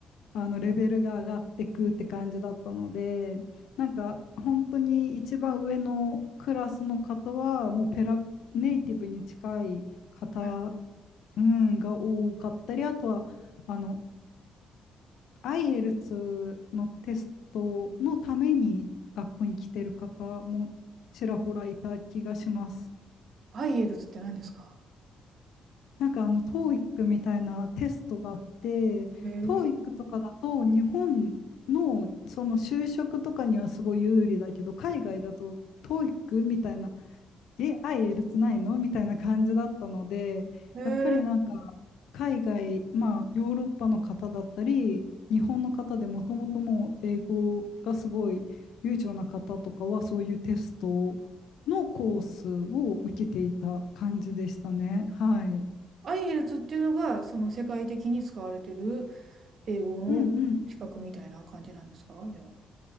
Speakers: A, on the left; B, on the right.
A: あの、レベルが上がってくって感じだったので、なんか、本当に一番上のクラスの方は、もうペラ、ネイティブに近い方、
B: はい
A: うん、が多かったり、あとは、あの、IELTS のテストのために学校に来てる方もちらほらいた気がします。
B: アイエルツって何ですか
A: なんかあの TOEIC みたいなテストがあって、
B: へえ。
A: TOEIC とかだと日本のその就職とかにはすごい有利だけど、海外だと TOEIC みたいなえ、愛エルツないのみたいな感じだったので、
B: へえ、
A: やっぱりなんか海外、まあヨーロッパの方だったり、日本の方でもともともう英語がすごい流暢な方とかはそういうテストのコースを受けていた感じでしたね。はい。
B: IELTS っていうのが、その世界的に使われてる英語の資格みたいな感じなんですかじゃあ。
A: うんうん。